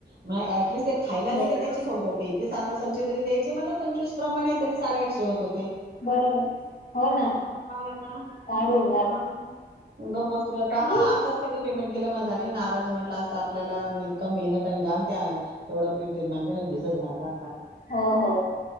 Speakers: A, on the right (about 60°); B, on the left (about 50°).
A: म दिलीस ते खायला
B: बरोबर
A: दिले त्याचे सोडतात ते. सनलासचे तरी द्यायचे मला पंचवीस प्रमाणे तरी साडेआठशे होत होते
B: बरोबर हो ना
A: मग काय आता
B: काय बोलणार
A: जाऊदे गब बसले आता
B: हो
A: हा आताच त्यांनी पेमेंट केलं मजाली नाराज म्हटलं अस आपल्याला म मेहनत आणि जाणत थोडं पीठ माहिती ना भिजत रााला
B: हो हो